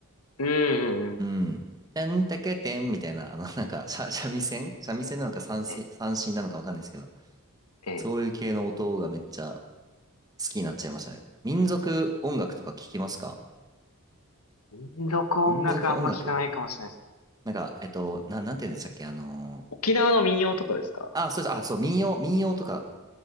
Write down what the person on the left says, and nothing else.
うん、うん、
うん。
ええ、
ええ。
民族音楽あんま聞かないかもしれないですね。
沖縄の民謡とかですか